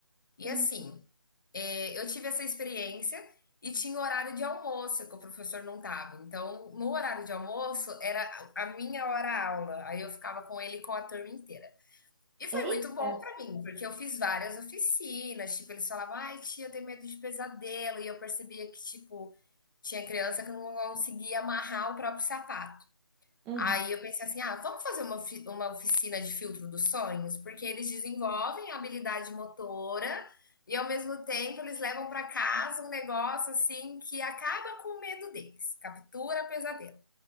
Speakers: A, in the centre; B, on the left (about 45°).
A: entendi.
B: E assim, é, eu tive essa experiência e tinha horário de almoço que o professor não tava. Então, no horário de almoço era a minha hora aula. Aí eu ficava com ele e com a turma inteira. E foi
A: Eita!
B: muito bom pra mim, porque eu fiz várias oficinas, tipo, eles falavam: "Ai, tia, eu tenho medo de pesadelo", e eu percebia que, tipo, tinha criança que não conseguia amarrar o próprio sapato.
A: Uhum.
B: Aí eu pensei assim: "Ah, vamos fazer uma ofi uma oficina de filtro dos sonhos?", porque eles desenvolvem a habilidade motora e, ao mesmo tempo, eles levam para casa um negócio, assim, que acaba com o medo deles, captura pesadelo.